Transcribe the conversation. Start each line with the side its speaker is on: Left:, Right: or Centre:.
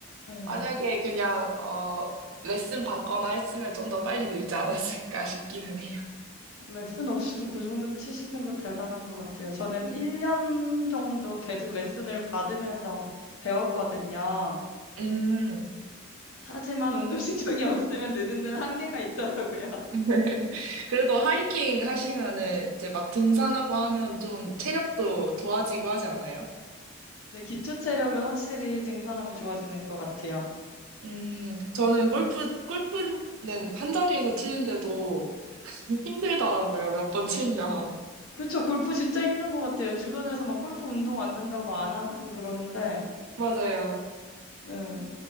Left: 네.
Right: 만약에 그냥 어 레슨 받거나 했으면 좀 더 빨리 늘지 않았을까 <laughs> 싶기는 해요.
Left: 레슨 없이도 그 정도 치시는 거 대단한 것 같아요. 저는 1년 정도 계속 레슨을 받으면서 배웠거든요.
Right: 음.
Left: 하지만 운동신경이 <laughs> 없으면 느는 데는 한계가 있더라고요.
Right: <laughs> 그래도 하이킹 하시면은 이제 막 등산하고 하면 좀 체력도 좋아지고 하지 않아요?
Left: 네, 기초 체력은 확실히 등산하면 좋아지는 것 같아요.
Right: 음, 저는 골프, 골프는 한 자리에서 치는데도 <laughs> 힘들더라고요, 몇 번 치면.
Left: 그쵸. 골프 진짜 힘든 것 같아요. 주변에서 막 골프 운동 안 된다고 안 하고 그러는데,
Right: 맞아요.
Left: 네.